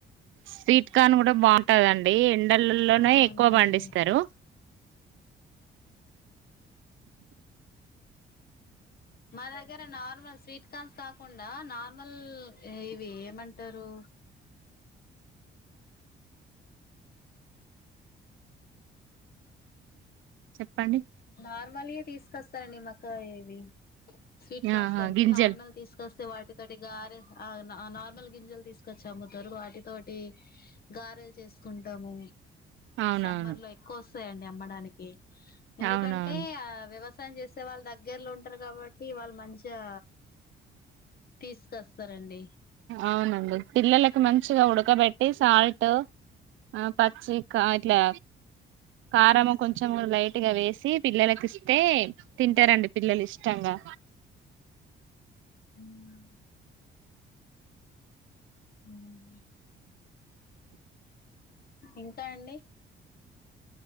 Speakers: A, on the right; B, on the left.
A: స్వీట్ కార్న్ కూడా బాగుంటాదం డి ఎండలల్లోనే
B: అవునా
A: ఎక్కువ పండిస్తరు
B: అండి మా దగ్గర నార్మల్ స్వీట్ కార్న్స్ కాకుండా నార్మల్ ఇవి ఏమంటారు
A: చెప్పండి
B: నార్మల్గా తీసుకొస్తారంండి మాక్క ఇవి స్వీట్ కార్న్స్
A: ఆహా
B: కంటే
A: గింజలు
B: నార్మల్ తీసుకొస్త తో వాటితోటి గారె ఆ నార్మల్ గింజలు తీసుకొచ్చి అమ్ముతారు వాటితోటి గారెలు చేసుకుంటాము
A: అవునవును
B: సమ్మర్ లో ఎక్కువ వస్తు వస్తాయండి అమ్మడానికి ఎందుకంటే
A: అవునవును
B: ఆ వ్యవస్ వా చేస్తే వాళ్ళు దగ్గర్లో ఉంటారు కాబట్టి వాళ్ళు మంచిగా తీసుకొస్తారండి
A: అవునండి పిల్లలలకు మంచిగా ఉడ ఉక్కబట్టి సాల్ట్ ఆ పచ్చి ఇట్లా కారంము కొంచెం లైట్గా వేసి పిల్లలకి ఇస్తే తింటారండి పిల్లలు ఇష్టంగా
B: ఉమ్ ఉమ్ ఇంకా అండి